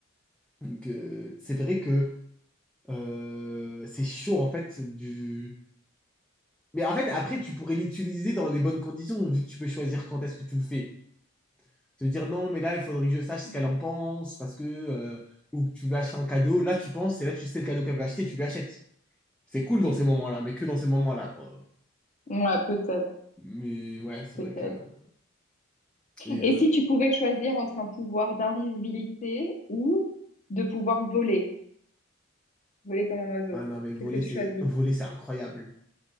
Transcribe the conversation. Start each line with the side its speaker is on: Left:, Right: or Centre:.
Centre: Donc, euh, c'est vrai que euh, c'est chaud en fait du. Mais en fait, après, tu pourrais l'utiliser dans les bonnes conditions, vu que tu peux choisir quand est-ce que tu le fais. Te dire non, mais là, il faudrait que je sache ce
Left: Mhm.
Centre: qu'elle en pense, parce que. euh, ou que tu veux acheter un cadeau. Là, tu penses, et là, tu sais le cadeau qu'elle veut acheter, tu lui achètes. C'est cool dans ces moments-là, mais que dans ces moments-là, quoi.
Left: Ouais, peut-être,
Centre: Mais ouais, c'est
Left: peut-être.
Centre: vrai que. Et,
Left: Et
Centre: euh,
Left: si tu pouvais choisir entre un pouvoir d'invisibilité ou de pouvoir voler, voler comme un oiseau,
Centre: Ah non, mais voler,
Left: qu'est-ce que tu
Centre: c'est
Left: choisis?
Centre: voler, c'est incroyable.